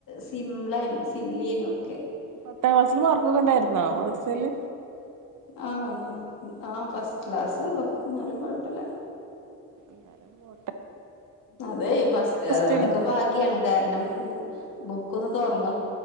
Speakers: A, on the left; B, on the right.
A: സിംപ്ളേനും സില്ലിയേനുമൊക്കെ
B: പത്താം ക്ലാസ്സില് മാർക്കൊക്കെ ഉണ്ടായിരുന്നോ മദ്രസയില്
A: ആ ആ ഫസ്റ്റ് ക്ലാസ്ള്ളോ എന്നാലും കൊഴപ്പല്ല്യ
B: ന്താലും ബോ
A: അതെ ബസ്
B: ടുല്
A: അതൊക്കെ ഭാഗ്യാണ് കാരണം ബു ബുക്കൊന്ന് തൊറന്നോ